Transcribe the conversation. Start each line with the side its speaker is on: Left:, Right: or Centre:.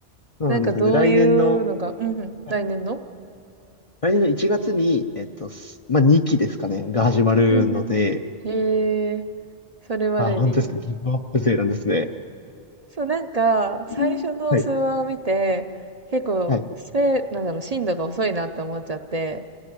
Left: そうなんですよ。
Right: なんかどういうのが、
Left: で、来年の、
Right: うんうん、
Left: はい
Right: 来年の
Left: 来年の1月に、えっと、すまあ、2期ですかね、が始まるので、
Right: うんうんうん。へえ、それまでに。
Left: あー、本当ですかギブアップ勢なんですね。
Right: そう、なんか、最初の数話を見て、
Left: うんはい、
Right: 結構、
Left: はい。
Right: スペ、なんだろう、進度が遅いなって思っちゃって、